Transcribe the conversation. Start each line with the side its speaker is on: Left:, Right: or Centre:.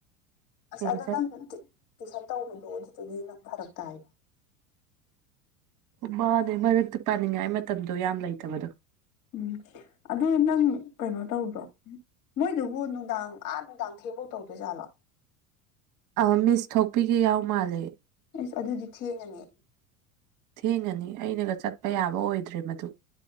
Left: ꯑꯁ
Right: ꯄꯦꯟꯁꯟ
Left: ꯑꯗ ꯅꯪꯠꯇꯦ ꯇꯨꯏꯁꯟ ꯇꯧꯕꯗꯣ ꯑꯗꯨꯗꯨꯗꯤ ꯅꯪ ꯐꯔꯛ ꯇꯥꯏꯕ
Right: ꯃꯥꯅꯦ ꯃꯔꯛꯇ ꯄꯥꯅꯤꯡꯉꯥꯏ ꯃꯇꯝꯗꯣ ꯌꯥꯝ ꯂꯩꯇꯕꯗꯣ
Left: ꯎꯝ ꯑꯗꯨ ꯅꯪ ꯀꯩꯅꯣ ꯇꯧꯗ꯭ꯔꯣ ꯃꯣꯏꯗꯨꯕꯨ ꯅꯨꯡꯗꯥꯡ ꯑꯥ ꯅꯨꯡꯗꯥꯡ ꯊꯦꯡꯐꯧ ꯇꯧꯗꯣꯏꯖꯥꯠꯂꯣ
Right: ꯑ ꯃꯤꯁ ꯊꯣꯛꯄꯤꯒꯦ ꯌꯥꯎ ꯃꯥꯜꯂꯦ
Left: ꯑꯁ ꯑꯗꯨꯗꯤ ꯊꯦꯡꯉꯅꯤ
Right: ꯊꯦꯡꯉꯅꯤ ꯑꯩꯅꯒ ꯆꯠꯄ ꯌꯥꯕ ꯑꯣꯏꯗ꯭ꯔꯦ ꯃꯗꯨ